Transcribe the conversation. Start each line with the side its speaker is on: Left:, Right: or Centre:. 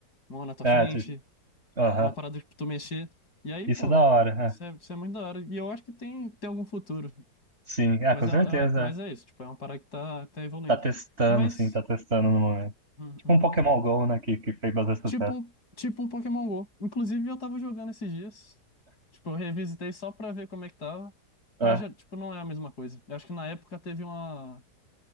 Left: uma na tua
Right: É,
Left: frente,
Right: Aham.
Left: uma parada pra tu mexer. E aí,
Right: Isso
Left: pô,
Right: é da hora,
Left: isso
Right: é.
Left: é, isso é muito da hora. E eu acho que tem, tem algum futuro.
Right: Sim, ah,
Left: Mas
Right: com
Left: é,
Right: certeza.
Left: é- mas é
Right: é.
Left: isso, tipo, é uma parada que tá, tá evoluindo.
Right: Tá testando,
Left: Mas,
Right: sim, tá testando no momento.
Left: uhum,
Right: Tipo
Left: uhum.
Right: um Pokémon Go, né, que, que fez bastante sucesso.
Left: Tipo um, tipo um Pokémon Go. Inclusive, eu tava jogando esses dias. Tipo, eu revisitei só pra ver como é que tava.
Right: É,
Left: Mas, já, tipo, não é a mesma coisa. Eu acho que na época teve uma,